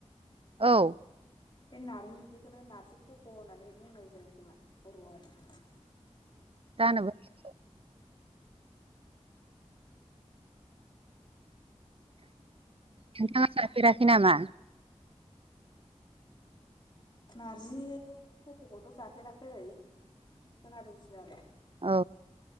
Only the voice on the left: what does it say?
बे नार्जि बिदैखौनो नारजि खफ' होननानै बुंनाय जायो खोमा बर'आव
नारजि खफ'खौथ' जाफेरा खै खोनादोंसो आरो